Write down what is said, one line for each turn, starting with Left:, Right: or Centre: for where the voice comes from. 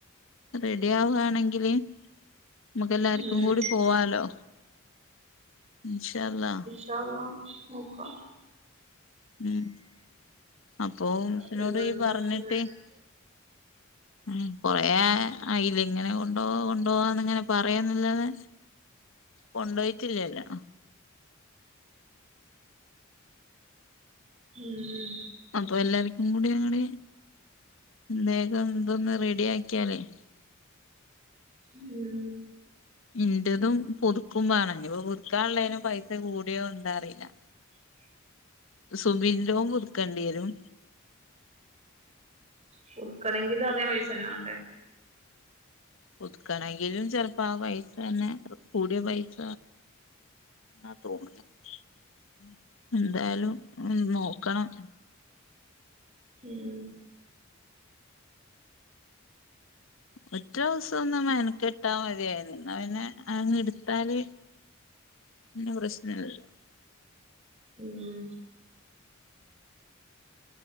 Left: റെഡി ആവുആണെങ്കില് നമ്മുക്ക് എല്ലാർക്കും
Right: ഉം
Left: കൂടി പോവാല്ലൊ ഇൻഷാ അള്ളാ.
Right: ഇൻഷാ അള്ളാ നോക്കാം.
Left: ഉം, അപ്പൊസിനോട്
Right: ഒരു വെണ്ണൊക്കെ
Left: ഇയ് പറഞ്ഞിട്ട്
Right: മേടിച്ച്
Left: ഉം <unintelligible> ആ ഇല്ല ഇങ്ങനെ കൊണ്ടോവാ കൊണ്ടോവാന്ന് ഇങ്ങനെ പറയന്ന് ല്ലാതെ കൊണ്ടോയിട്ടില്ലല്ലോ.
Right: ഉം
Left: അപ്പൊ എല്ലാർക്കും കൂടി അങ്ങട് വോഗം ഇത് ഒന്ന് റെഡി ആക്കിയാലേയ്
Right: ഉം
Left: ഇന്റതും പുതുക്കുംവാണം ഇഞ്ഞിപ്പോ പുതുക്കാള്ളേന് പൈസ കൂടിയോ ന്താ അറീലാ.
Right: <inaudible>
Left: സുബിന്റെതും പുതുക്കേണ്ടി വരും.
Right: പുതുക്കണങ്കിൽ അതോ പൈസന്നെ വാണ്ടേ.
Left: പുതുക്കണങ്കിലും ചെൽപ്പോ ആ പൈസന്നെ കൂടിയ പൈസ ആഹ് <unintelligible> എന്തായാലും ഉം നോക്കണം.
Right: ഉം
Left: ഒറ്റ ദിവസം ഒന്നു മെനക്കട്ടാ മതിയയിന് എന്നാ പിന്നെ അങ്ങ് എടുത്താല് നൂറഷ്ണല്ലല്ലോ.
Right: ഉം